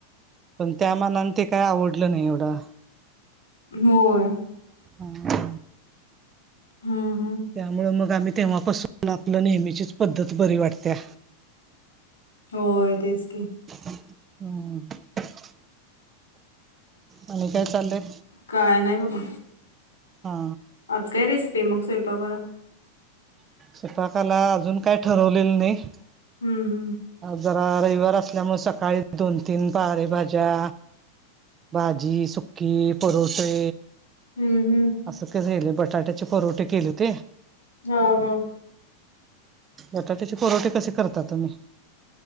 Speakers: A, on the right; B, on the left.
A: पण त्या मनान ते काय आवडलं नाही एवढं
B: होय
A: हा
B: हम् हम्
A: त्यामु मग आम्ही तेव्हापासून आपलं नेहमीचीच पद्धत बरी वाटते्या
B: होय तेच की
A: हम् आणि काय चाललंय
B: काय नाही बघा.
A: हा
B: आज काय रेसिपी मग सोवपा गला
A: सुपाकाला अजून काय ठरवलेल नाही
B: हं, हं.
A: जरा रविवार असल्यामुळे सकाळी दोन तीन बारे भाज्या भाजी सुकी परोठे
B: हम्म हम्
A: असं का झालं बटाट्याचे परवठे केले ते
B: हा हा
A: बटाट्याचे पुरवठे कसे करता तुम्ही